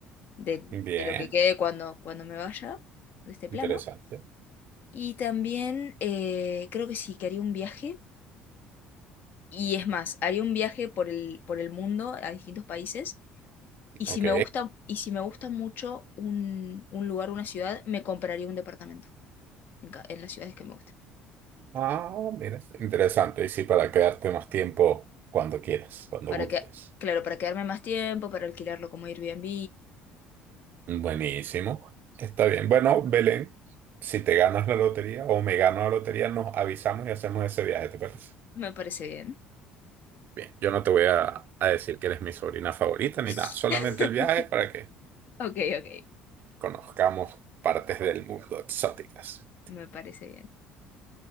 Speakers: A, on the left (about 55°); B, on the right (about 55°).
A: de,
B: Bien.
A: de lo que quede cuando, cuando me vaya de este plano.
B: Interesante.
A: Y también eh, creo que sí, que haría un viaje. Y es más, haría un viaje por el, por el mundo a distintos países. Y
B: Ok.
A: si me gusta, y si me gusta mucho un, un lugar, una ciudad, me compraría un departamento en, ca- en las ciudades que me gustan.
B: Ah, mira, interesante. Y sí, para quedarte más tiempo cuando quieras, cuando
A: Para
B: gustes.
A: que, claro, para quedarme más tiempo, para alquilarlo como Airbnb.
B: Buenísimo. Está bien. Bueno, Belén, si te ganas la lotería o me gano la lotería, nos avisamos y hacemos ese viaje, ¿te parece?
A: Me parece bien.
B: Bien, yo no te voy a, a decir que eres mi sobrina favorita ni
A: <laughs>
B: nada, solamente el viaje para que
A: Ok, ok.
B: conozcamos partes del mundo exóticas.
A: Me parece bien.